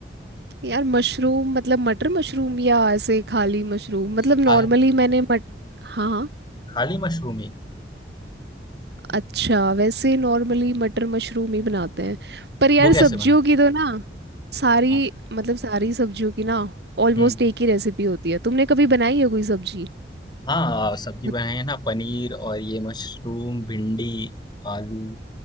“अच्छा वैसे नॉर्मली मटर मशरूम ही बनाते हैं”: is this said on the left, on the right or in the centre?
Right